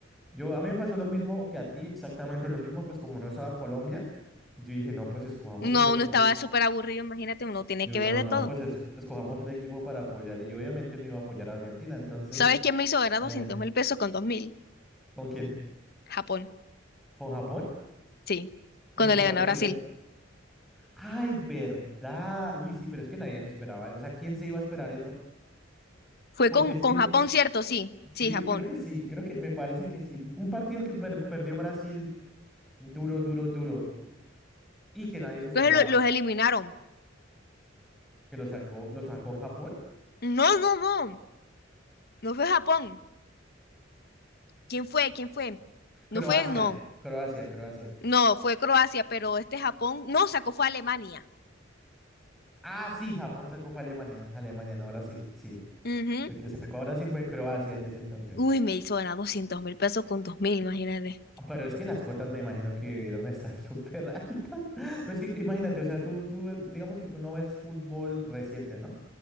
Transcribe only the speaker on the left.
No,
uno estaba súper aburrido, imagínate, uno tiene
que
ver de
todo.
¿Sabes quién me hizo ganar
doscientos mil pesos con dos mil?
Japón,
sí.
Cuando
le
ganó a Brasil.
Fue
con,
con
Japón, ¿cierto? Sí,
sí, Japón.
Entonces lo- los eliminaron.
No, no, no. No fue Japón. ¿Quién fue? ¿Quién fue? No
fue, no.
No, fue Croacia, pero este Japón, no, sacó fue a Alemania.
Ujú.
Uy, me hizo ganar 200 mil pesos con 2 mil, imagínate.